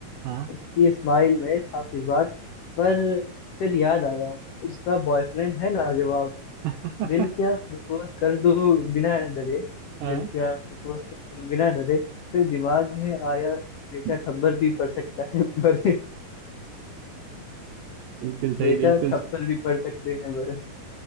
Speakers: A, on the right (about 75°); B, on the left (about 80°).
A: हाँ
B: उसकी स्माइल में था कुछ बात पर फिर याद आया उसका बॉयफ्रेंड है लाजवाब
A: <laughs>
B: दिल क्या प्रपोज कर दो बिना डरे
A: हाँ
B: दिल क्या प्रपोज कर दो बिना डरे फिर दिमाग में आया बेटा
A: <laughs>
B: थप्पड़ भी पड़ सकता है पर <laughs>
A: बिल्कुल सही
B: बेटा
A: बिल्कुल
B: थप्पड़
A: सही।
B: भी पड़ सकते हैं पर